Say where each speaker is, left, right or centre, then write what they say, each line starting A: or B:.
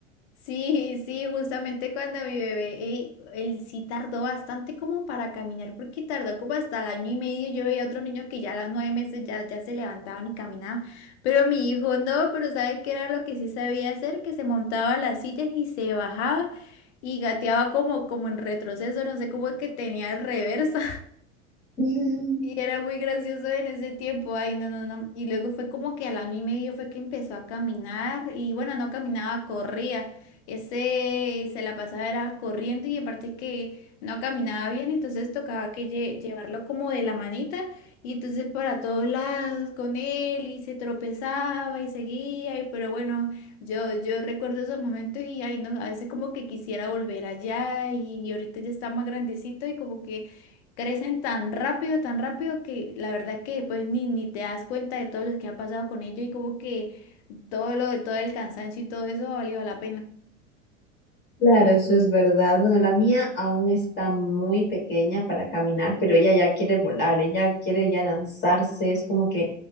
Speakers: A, on the left; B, on the left.
A: Sí, sí, justamente cuando mi bebé, eh, él sí tardó bastante como para caminar, porque tardó como hasta el año y medio. Yo veía a otros niños que ya a los nueve meses ya, ya se levantaban y caminaban, pero mi hijo no, pero ¿sabe qué era lo que sí sabía hacer? Que se montaba a las sillas y se bajaba y gateaba como, como en retroceso, no sé cómo es que tenía el reverso.
B: <laughs>
A: Y era muy gracioso en ese tiempo, ay, no, no, no. Y luego fue como que al año y medio fue que empezó a caminar y bueno, no caminaba, corría. Ese se la pasaba era corriendo y aparte que no caminaba bien, entonces tocaba que lle- llevarlo como de la manita y entonces para todos lados con él y se tropezaba y seguía, y, pero bueno, yo, yo recuerdo esos momentos y ay, no, a veces como que quisiera volver allá y, y ahorita ya está más grandecito y como que... Crecen tan rápido, tan rápido que la verdad que pues ni, ni te das cuenta de todo lo que ha pasado con ellos y como que todo lo, todo el cansancio y todo eso ha valido la pena.
B: Claro, eso es verdad. Bueno, la mía aún está muy pequeña para caminar, pero ella ya quiere volar, ella quiere ya lanzarse, es como que